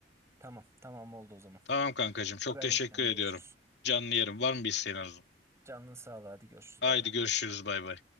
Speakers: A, on the right; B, on the left.
A: Tamam tamam oldu o zaman.
B: Tamam kankacığım, çok
A: Haber
B: teşekkür
A: bekliyorum
B: ediyorum.
A: görüşürüz.
B: Canlı yerim. Var mı bir isteğin Arzu?
A: Canın sağ ol hadi görüşürüz
B: Haydi
A: bay bay.
B: görüşürüz bay bay.